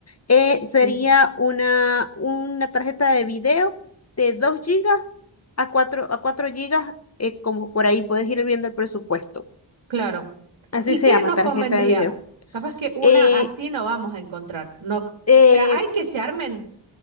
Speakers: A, on the left; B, on the right.
A: eh, sería
B: Sí.
A: una, una tarjeta de video de 2 gigas a cuatro a 4 gigas eh, como por ahí puedes ir viendo el presupuesto.
B: Claro.
A: Así
B: ¿Y
A: se
B: qué
A: llama,
B: nos
A: tarjeta
B: convendría?
A: de video.
B: Capaz que una
A: Eh,
B: así no vamos a encontrar. No,
A: eh,
B: o sea, hay que se armen.